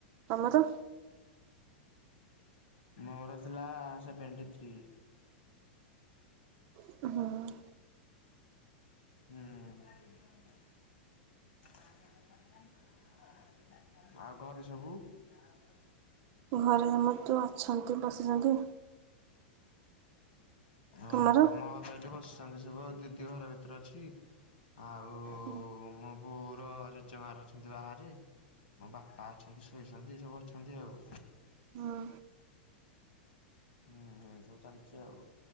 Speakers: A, on the right; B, on the left.
A: ତମର?
B: ମୋର ଥିଲା ସେଭେଣ୍ଟି ଥ୍ରୀ।
A: ହଁ।
B: ହୁଁ। ଆଉ ଘରେ ସବୁ? ଯହାବ <inaudible>
A: ଘରେ ସମସ୍ତେ ଅଛନ୍ତି ବସିଛନ୍ତି।
B: ଓହୋ
A: ତମର?
B: ଆମ ତ ଏଠି ବସିଛନ୍ତି ସବୁ ଦିଦି ଘର ଭିତରେ ଅଛି ଆଉ
A: ହୁଁ।
B: ମୋ ବୋଉର ଜେଜେମାର ଅଛନ୍ତି ବାହାରେ ମୋ ବାପା ଅଛନ୍ତି ଶୋଇଛନ୍ତି। ଯି ସବୁ ଅଛନ୍ତି ଆଉ।
A: ହଁ।
B: ହୁଁ ଏମତି ସବୁ ଚାଲିଛି ଆଉ